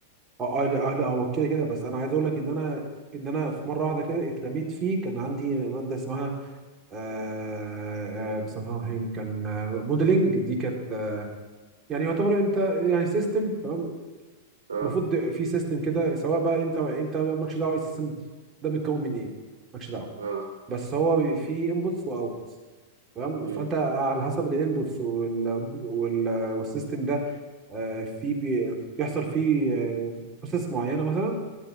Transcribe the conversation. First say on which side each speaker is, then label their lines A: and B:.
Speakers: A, on the right (about 25°); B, on the right (about 70°).
A: اه اه لا اه لا هو كده كده بس انا عايز اقول لك ان انا ان انا في مره واحده كده اترميت فيه كان عندي ماده اسمها آه آه بسم الله الرحمن الرحيم كان آه، موديلنج دي كانت آه، يعني يعتبر انت يعني سيستم تمام
B: اه
A: المفروض في سيستم كده سواء بقى انت انت مالكش دعوه السيستم ده بيتكون من ايه مالكش دعوه
B: اه
A: بس هو بي- في انبوتس واوتبوتس تمام
B: امم
A: فانت على حسب الانبوتس وال... وال... والسيستم ده آه، في بي... بيحصل فيه بروسيس معينه مثلا